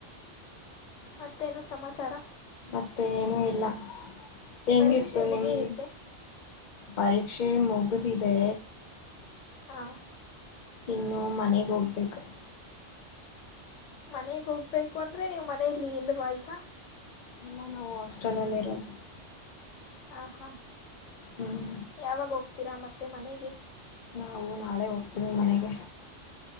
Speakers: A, on the left (about 75°); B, on the left (about 50°).
A: ಮತ್ತೇನು ಸಮಾಚಾರ
B: ಮತ್ತೆನೂ ಇಲ್ಲ ಹೆಂಗಿತ್ತು
A: ಪರೀಕ್ಷೆ ಮುಗಿಯುತ್ತೆ
B: ನಿಮ್ ಪರೀಕ್ಷೆ ಮುಗಿದಿದೆ
A: ಹಾ
B: ಇನ್ನು ಮನೆಗೆ ಹೋಗ್ಬೇಕು
A: ಮನೆಗೆ ಹೋಗ್ಬೇಕು ಅಂದ್ರೆ ನೀವು ಮನೇೆಯಲ್ಲಿ ಇಲ್ವಾ ಈಗ
B: ಇಲ್ಲ ನಾವು ಹಾಸ್ಟೆಲ್ ಅಲ್ಲಿ ಇರೋದು
A: ಹ ಹಾ
B: ಹ್ಮ್
A: ಯಾವಾಗ ಹೋಗ್ತೀರಾ ಮತ್ತೆ ಮನೆಗೆ
B: ನಾವು ನಾಳೆ ಹೋಗ್ತೀವಿ ಮನೆಗೆ